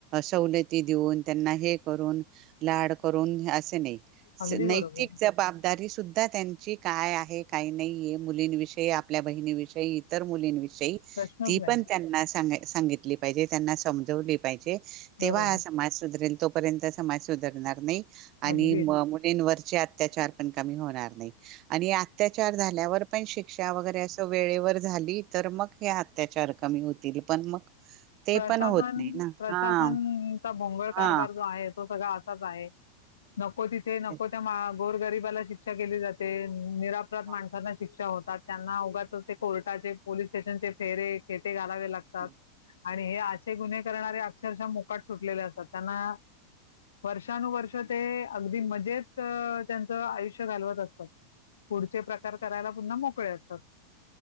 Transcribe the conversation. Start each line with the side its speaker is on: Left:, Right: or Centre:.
Right: सवलती देऊन त्यांना हे करून लाड करून असे नाही
Left: अगदी
Right: नैतिक
Left: बरोबर.
Right: जबाबदारी सुद्धा त्यांची काय आहे काही नाहीय मुलींविषयी आपल्या बहिणीविषयी इतर मुलींविषयी
Left: प्रश्नच
Right: ती
Left: नाही.
Right: पण त्यांना सांगितली पाहिजे त्यांना समजवली पाहिजे तेव्हा
Left: बरोबर.
Right: हा समाज सुधरेल तोपर्यंत समाज सुधरणार नाही आणि
Left: अगदी.
Right: मुलींवर अतचार पण क होणार नाही आणि अत्याचार झाल्यावर पण शिक्षा वगैरे असं वेळेवर झाली तर मग हे अत्याचार कमी होतील पण मग ते
Left: प्रशासन
Right: पण होत नाही ना
Left: प्रशासनचा
Right: हा
Left: भोंगळ कारभार
Right: हा
Left: जो आहे तो सगळा असाच आहे नको तिथे नको
Right: तेच
Left: त्या गोर गरीबाला शिक्षा केली जाते निरापराध
Right: मग
Left: माणसांना शिक्षा होतात त्यांना उगाचच ते कोर्टाचे पोलीस स्टेशनचे फेरे खेटे घालावे लागते
Right: हां
Left: आणि हे असे गुन्हे करणारे अक्षरशः मुकाट सुटलेले असतात त्यांना वर्षानुवर्ष ते अगदी मजेत त्यांचं आयुष्य घालवत असतात पुढचे प्रकार करायला पुन्हा मोकळे असतात